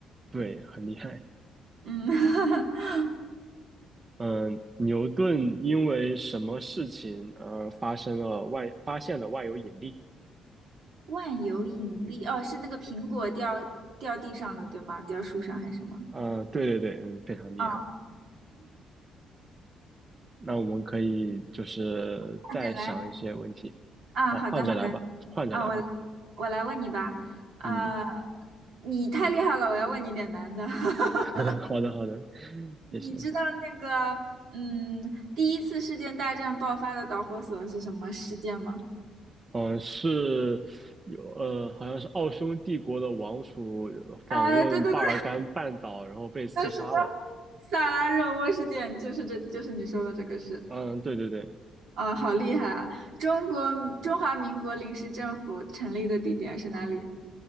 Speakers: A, on the right; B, on the right.
A: 对，很厉害。
B: 嗯，<laughs>
A: 嗯，牛顿因为什么事情而发生了万发现了万有引力？
B: 万有引力，哦，是那个苹果掉掉地上的，对吗？掉树上还是什么？
A: 嗯，对对对，嗯，非常厉害。
B: 啊，
A: 那我们可以就是再想一些问题。
B: 换着来啊，
A: 好，
B: 好的好的
A: 换着来吧，换着来吧。
B: 啊，我来我来问你吧。啊，
A: 嗯，
B: 你太厉害了，我要问你点难的。<laughs>
A: <laughs> 好的好的，
B: 你知道那个嗯，
A: 谢谢。
B: 第一次世界大战爆发的导火索是什么事件吗？
A: 嗯，是有呃，好像是奥匈帝国的王储呃访问巴尔干半岛，
B: 哎，对对对，
A: 然后被刺杀了。
B: <laughs> 是的，萨拉热窝事件就是这，就是你说的这个事。
A: 嗯，对对对，
B: 啊，好厉害啊！中国中华民国临时政府成立的地点是哪里？